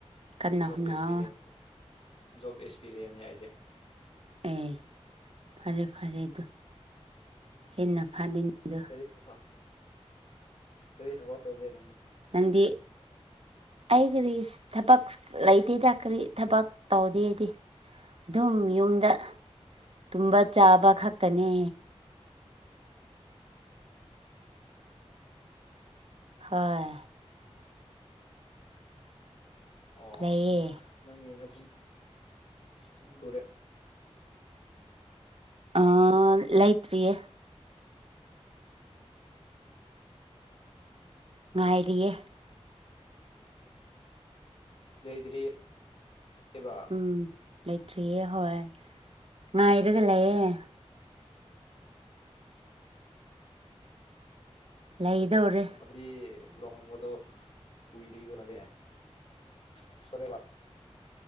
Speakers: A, on the right (about 60°); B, on the left (about 60°).
A: ꯀꯟꯅ
B: ꯖꯣꯞ
A: ꯍꯣꯠꯅꯧ
B: ꯑꯦꯛꯁꯄꯤꯔꯤꯌꯦꯟ ꯖꯣꯕ ꯑꯦꯛꯁꯄꯤꯔꯤꯌꯦꯟꯅꯤ ꯑꯩꯗꯤ
A: ꯄꯤ ꯐꯔꯦ ꯐꯔꯦ ꯑꯗꯨ ꯍꯦꯟꯅ ꯐꯥꯅꯤ <unintelligible>
B: ꯀꯔꯤ ꯊꯕꯛ ꯀꯔꯤ ꯊꯕꯛ ꯇꯧꯒꯦ ꯅꯪ
A: ꯅꯪꯗꯤ ꯑꯩ ꯀꯔꯤ ꯊꯕꯛ ꯂꯩꯇꯦꯗ ꯀꯔꯤ ꯊꯕꯛ ꯇꯧꯗꯦ ꯑꯩꯗꯤ ꯗꯨꯝ ꯌꯨꯝꯗ ꯇꯨꯝꯕ ꯆꯥꯕ ꯈꯛꯇꯅꯦ ꯍꯣꯏ
B: ꯑꯣ
A: ꯂꯩꯌꯦ
B: ꯅꯪꯒꯤ ꯅꯆꯟ <unintelligible>
A: ꯑꯥ ꯂꯩꯇ꯭ꯔꯤꯌꯦ ꯉꯥꯏꯔꯤꯌꯦ
B: ꯂꯩꯗ꯭ꯔꯤꯕ
A: ꯎꯝ ꯂꯩꯇ꯭ꯔꯤꯌꯦ ꯍꯣꯏ ꯉꯥꯏꯔꯒ ꯂꯩꯌꯦ ꯂꯩꯗꯧꯔꯦ
B: <unintelligible> ꯂꯨꯍꯣꯡꯕꯗꯣ ꯀꯨꯏꯔꯤꯕ <unintelligible>